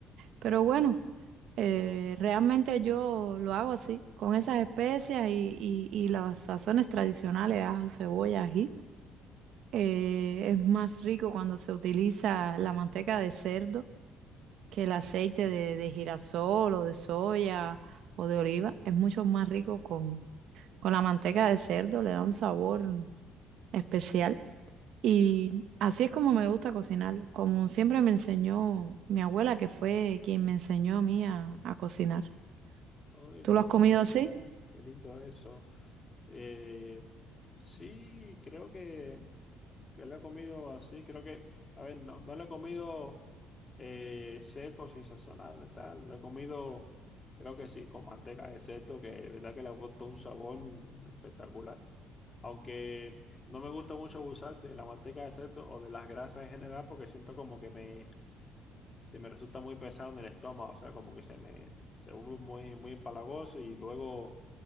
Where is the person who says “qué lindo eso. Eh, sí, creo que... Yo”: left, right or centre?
Left